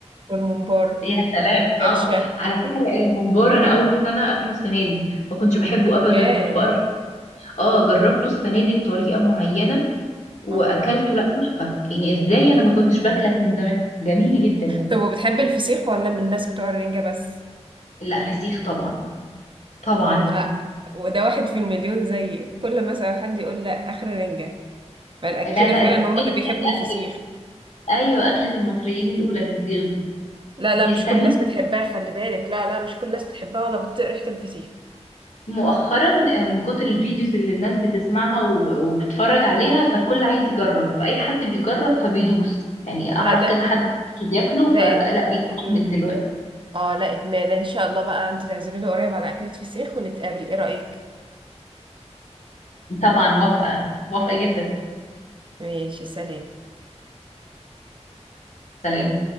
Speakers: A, on the right (about 45°); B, on the left (about 80°).
A: والممبار
B: يا سلام
A: والكرشه
B: اه على فكره الممبار انا اول سنه اكله السنه دي ما كنتش بحبه ابدا
A: ياه
B: كنت بقرف اه جربته السنه دي بطريقه معينه واكلته
A: اه
B: لا تحفه يعني ازاي انا ما كنتش باكلك من زمان جميل جدا يعني
A: طب وبتحب الفسيخ ولا من الناس بتوع الرنجه بس
B: لا فسيخ طبعا طبعا
A: مم،
B: يعني
A: آه. وده واحد في المليون زيي كل مثلا حد يقول لا اخر رنجه فالاكيله
B: لا لا
A: فعلا
B: الفسيخ
A: هم اللي
B: ده
A: بيحبوا الفسيخ
B: اكل ايوه اكله المصريين الاولى الفسيخ دي
A: لا لا
B: بيستنوه
A: مش كل الناس بتحبها خلي بالك لا لا مش كل الناس بتحبها ولا بتطيق ريحة الفسيخ
B: مؤخرا آه، من كتر الفيديوز اللي الناس بتسمعها و- وبتتفرج عليها فالكل عايز يجرب فاي حد بيجرب فبيدوس يعني
A: لا
B: اعرف
A: ده
B: كذا حد بياكله فلا
A: ده
B: بيتعلم
A: إدم...
B: دلوقتي
A: اه لا ادمان ان شاء الله بقى انت تعزميني قريب على اكلة فسيخ ونتقابل ايه رأيك
B: طبعا موافقه موافقه جدا
A: ماشي سلام
B: سلام